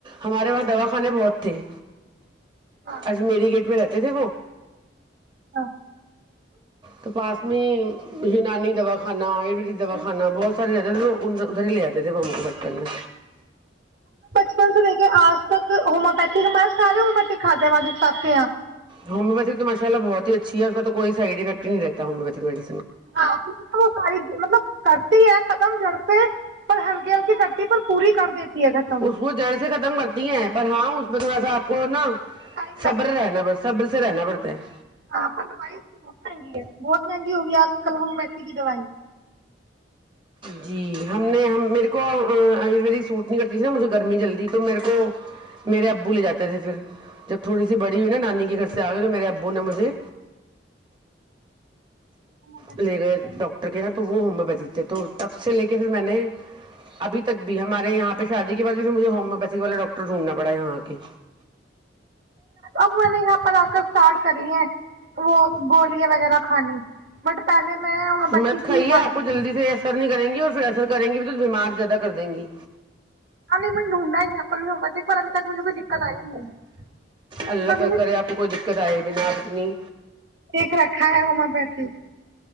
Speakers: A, on the right; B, on the right.
A: ہمارے وہاں دواخانے بہت تھے
B: ہاں
A: آج میری گیٹ میں رہتے <unintelligible>
B: ہاں
A: تو پاس
B: نہیں
A: میں یونانی دا خانا آیورویدک دا خانا بہت سار لتے تھے ل ادھر ادھر ہی لےتے تھے م کے بچپن میں
B: یک آج تک ہومیوپیتک ہمارے سے ہووتک کادے والادد ح ساب کے ہیں
A: ہومیوپیتھی تو مشء ال بہت اچھی ہے اس کا تو کوئی سائڈفیکٹ نہیں رہتا ہومیویتھ والی
B: ہاں کیونکہ نہ وہ ساری مطلب کرتی ہے ختم جڑتے پر ہلکی ہلکی کرتی پر پوری کر دیتی ہے ختم
A: اس کو جڑ سے ختم کرتی ہیں پر ہاں اس میں کا تھا آپ کو نا
B: ٹائم
A: سبر رہنا پرڑ سبر سر نہا بڑتے ہیں
B: ہاںائی اس بہت مہنگی ہے بہت مہنگی ہوگی آج کل ہوم ویسی کی دوائی
A: جی ہم نے ہم میرے کو آ مری سوٹ نہیں کرتی تھی نا مجھے گرمی جلدی تو میرے کو میرے ابو لے جاتے تھے پھر جب تھوڑی سی بڑی ہوئی نا نانی کے گھر سے آ گئے تو میرے ابو نے مجھے
B: ہومیوپیتھی
A: لے
B: کی
A: گئے
B: دوائی
A: ڈاکٹر کے یہاں تو وہ ہومیو پیتھ تھے تو تب سے لے کے پھر میں نے ابھی تک بھی ہمارے یہاں پہ شادی کے بعد پھر مجھے ہومیوپیتھی والے ڈاکٹر ڈھونڈنا پڑا یہاں کے
B: اب میں نے یہاں پر آ کر اسٹارٹ کری ہے وہ گولیاں وغیرہ کھانی بٹ پہلے میں ہومیوپیتھی
A: مت کھائیے
B: کی کھاتی
A: آپ کو
B: تھی
A: جلدی سے ایسر نہیں کریں گے اور پھر اثر کریں گے بھی تو بیمار زیادہ کر دیں گی
B: ہاں نہیں میں نے ڈھونڈا ہی یہاں پر بھی ب ابھی تک مجھے کوئی دقت آئی نہیں ہے
A: اللہ
B: پر
A: تک
B: مجھے
A: کرے آپ کوئی دقت آئے ب نا آپ اپنی
B: دیکھ رکھا ہے ہومیوپیتھی